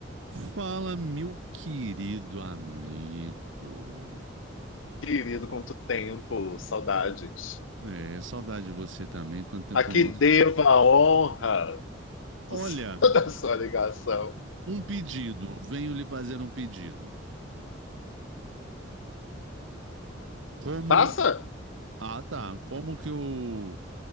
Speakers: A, on the right; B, on the left.
A: Fala, meu querido amigo.
B: Querido, quanto tempo, saudades.
A: É, saudade de você também. Quanto tempo
B: A que
A: não. ouço.
B: devo a honra
A: Olha,
B: do seu- <laughs> da sua ligação.
A: um pedido. Venho lhe fazer um pedido. Como.
B: Passa?
A: Ah, tá. Como que eu